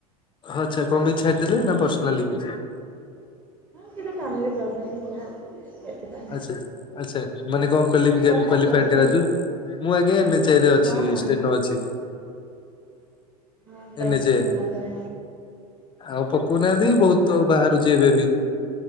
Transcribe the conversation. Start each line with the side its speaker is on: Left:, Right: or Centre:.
Left: ଆଛା କଣ ପାଇଁ ଛାଡିଦେଲେ ନା ପର୍ସନାଲି କିଛି
Right: ହଁ ସେତେ ଫାମିଲି ପ୍ରୋବ୍ଲେମ୍ ଥିଲା ସେଥିପାଇଁ
Left: ଆଛା ଆଚ୍ଛା ମାନେ କଣ କ୍ୱାଲି
Right: ଆପଣ କଣ
Left: କ୍ଵାଲିଫାଏଡ
Right: କରନ୍ତି?
Left: ଗ୍ରାଜୁ - ମୁଁ ଆଜ୍ଞା ଏମ୍ ଏଚ ଆର ରେ ଅଛି
Right: ହଁ ହଁ
Left: ଷ୍ଟେନୋ ଅଛି
Right: ଆ ଗ୍ରାଜୁଏସନ୍
Left: ଏନ୍ ଏଚ ଆଇ ରେ
Right: <inaudible>
Left: ଆଉ ପକଉନାହାନ୍ତି ବହୁତ ବାହାରୁଛି ଏବେ ବି।